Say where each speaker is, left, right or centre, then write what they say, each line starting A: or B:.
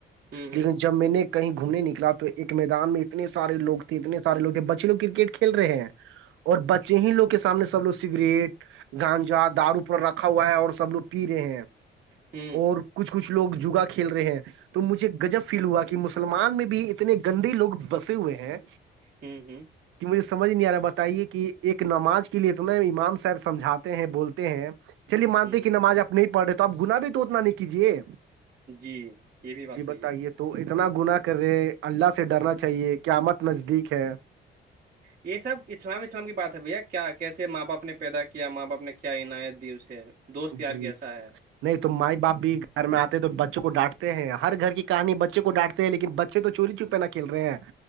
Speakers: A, on the right; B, on the right.
A: ہ ہ
B: لیکن جب میں نے کہیں گھومنے نکلا تو ایک میدان میں اتنے سارے لگ تھے اتنے سارے لگ تھے بچے لگ کرکٹ کھیل رہے ہیں اور بچے ہی لوگ کے سامنے سب لوگ سگریٹ گانجا دارو پر رکھ رکھا ہوا ہے اور سب لوگ پی رہے ہیں
A: ہ
B: اور کچھ کچھ لوگ جگا کھیل رہے ہیں تو مجھے گجب فیل ہوا کہ مسلمان میں بھی اتنے گندے لوگ بسے ہوئے ہیں
A: ہوں ہوں
B: کہ مجھے سمجھ نہیں آ رہا ہے بتائیے کہ ایک نماز کے لیے اتنا امام صاحب سمجھاتے ہیں بولتے ہیں چلیے مانتے
A: ہ
B: کہ نماز آپ نہیں پڑھ رہے تو آپ گنا بھی تو اتنا نہیں کیجیے
A: جی یہ بھی بات
B: جی
A: صحیح
B: بتائیے
A: ہے
B: تو اتنا گناہ کر رہے ہیں اللہ سے ڈرنا چاہیے کیا آمت نزدیک ہے
A: یہ سب اسلام اسلام کی بات ہے بھیا کیا کیسے ماں باپ نے پیدا کیا ماں باپ نے کیا عناایت دی اسے دوست یار
B: جی
A: کیسا ہے
B: نہیں تو مائی باپ بھی گھر میں آتے ہیں تو بچوں کو ڈانٹتے ہیں ہر گھر کی کہانی بچے کو ڈانٹتے ہیں لیکن بچے تو چوری چوپہ نہ کھیل رہے ہیں